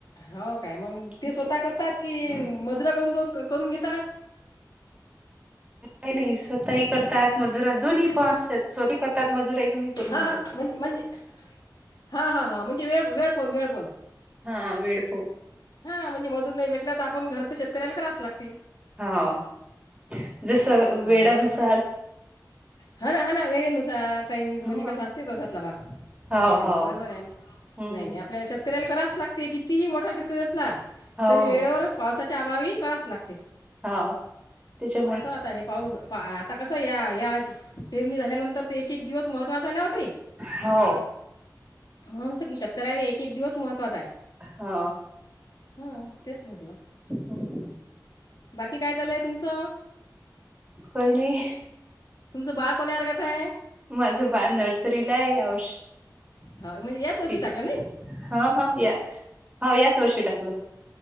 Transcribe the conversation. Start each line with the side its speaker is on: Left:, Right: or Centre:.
Left: हो काय, मग ते
Right: हं.
Left: स्वतः करतात कि मजुर- करून घेतात.
Right: काही नाही स्वतःही करतात, मजुरा दोन्ही पण आहेत स्वतःही करतात. मजुराही करून
Left: हा,
Right: घेतात.
Left: हा, म्हणजे म्हणजे, हा हा हा म्हणजे वेळ वेळ पण वेळ पण.
Right: हा वेळ पाहून.
Left: हां, म्हणजे मजुर नाही भेटला तर आपण घरच शेतकऱ्याला करावच लागत.
Right: अ हो जस
Left: हां
Right: वेळेनुसार.
Left: बरोबर आहे ना हा ना हा ना वेळेनुसार टाइम इज
Right: हो,
Left: मनी कसा असते तश्यातला भाग.
Right: हो,
Left: नाही
Right: हो.
Left: नाही बरोबर आहे ना
Right: हम्म.
Left: नाही नाही आपल्याला शेत- शेतकऱ्याला कराच लागते. कितीही मोठा शेतकरी असला,
Right: हो,
Left: तरी वेळेवर
Right: हो.
Left: पावसाचे अभावी करावच लागते.
Right: हो तिच्या
Left: कसं आता हे पाऊस आता कसं या, या पेरणी झाल्यानंतर ते एक एक दिवस महत्त्वाचा हाय नव्ह ते
Right: हो
Left: म्हणून तर शेतकऱ्याला एक-एक दिवस महत्वाचा हाय.
Right: हो. हं.
Left: हां. तेच म्हंटलं.
Right: हं.
Left: बाकी काय चालू हाय तुमचं?
Right: काय नाही.
Left: तुमचं बाळ कोण्या वर्गात आहे
Right: माझं, बाळ नर्सरीला आहे, यावर्षी.
Left: हो म्हणजे याच वर्षी
Right: ठीक
Left: टाकलं नाही
Right: आहे. हा हा या हो याच वर्षी टाकलं.